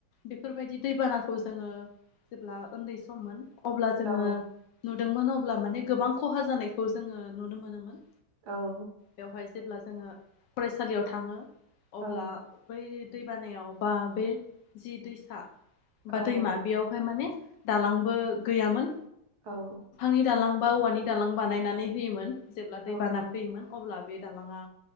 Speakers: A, on the left; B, on the right.
A: बेफोरबायदि दैबानाखौ जोङो जेब्ला उन्दै सम अब्ला जोङो
B: औ
A: नु दोंमोन अब्ला माने गोबां खहा जानायखौ जोङो नुनो मोनोमोन
B: औ
A: बेवहाय जेब्ला जोङो फरायसालियाव थाङो अब्ला
B: औ
A: बै दै बानायाव बा बे जि दैसा बा
B: औ
A: दैमा बेयावहाय माने दालांबो गैयामोन
B: औ
A: नि दालां बा औवानि दालां बानायनानै होयोमोन जेब्ला
B: औ
A: दैबाना
B: औ नों-
A: फैयोमोन अब्ला बे दालाङा